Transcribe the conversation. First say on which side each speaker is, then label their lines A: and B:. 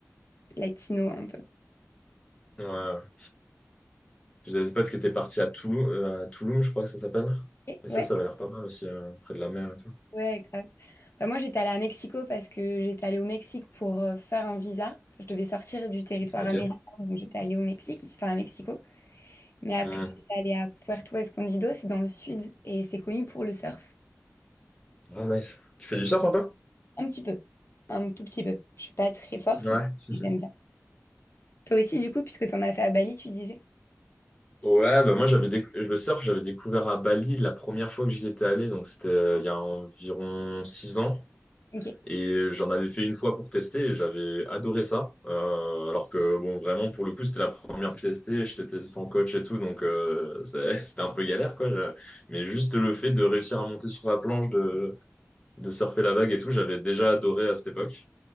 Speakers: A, on the left (about 55°); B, on the left (about 25°).
A: latinos un peu.
B: Ouais. J'ai des potes qui étaient partis à Toulouse, euh, à Tulum, je crois que ça s'appelle.
A: Et-
B: Et
A: Ouais,
B: ça, ça avait l'air pas mal aussi, euh, près de la mer et tout.
A: ouais, grave. Bah, moi, j'étais allée à Mexico parce que j'étais allée au Mexique pour euh, faire un visa. Enfin, Je devais sortir du territoire
B: Ok.
A: américain, donc j'étais allée au Mexique, enfin à Mexico. Mais après,
B: Mm.
A: j'étais allée à Puerto Escondido, c'est dans le sud, et c'est connu pour le surf.
B: Ah, nice. Tu fais du surf un peu?
A: Un petit peu, un tout petit peu. Je suis pas très forte,
B: Ouais.
A: mais
B: <laughs>
A: j'aime bien. Toi aussi, du coup, puisque tu en as fait à Bali, tu disais.
B: Ouais, bah moi j'avais déc- le surf, j'avais découvert à Bali la première fois que j'y étais allé, donc c'était euh, il y a environ six ans.
A: Ok.
B: Et j'en avais fait une fois pour tester et j'avais adoré ça. Euh, alors que, bon, vraiment, pour le coup, c'était la première que je testais. Je testais sans coach et tout, donc euh, c'est- <laughs> c'était un peu galère, quoi. Je- Mais juste le fait de réussir à monter sur la planche, de, de surfer la vague et tout, j'avais déjà adoré à cette époque.